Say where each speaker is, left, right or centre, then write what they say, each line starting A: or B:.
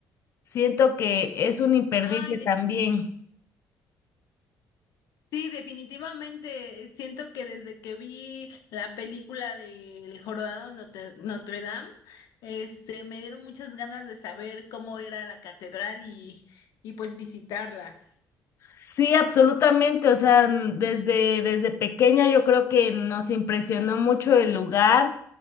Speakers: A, on the left; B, on the left.
A: Siento que es un imperdible
B: Ay,
A: también.
B: Sí, definitivamente. Siento que desde que vi la película del Jorobado de Notre, Notre Dame, este, me dieron muchas ganas de saber cómo era la catedral y, y pues visitarla.
A: Sí, absolutamente. O sea, n- desde, desde pequeña yo creo que nos impresionó mucho el lugar.